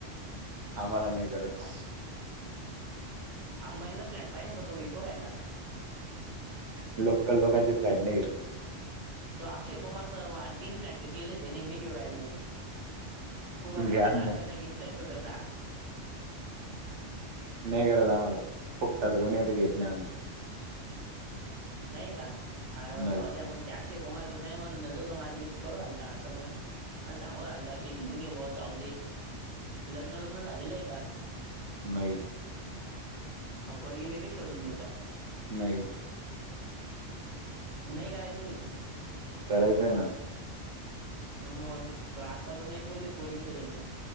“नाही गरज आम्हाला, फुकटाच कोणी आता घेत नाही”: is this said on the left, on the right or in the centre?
Right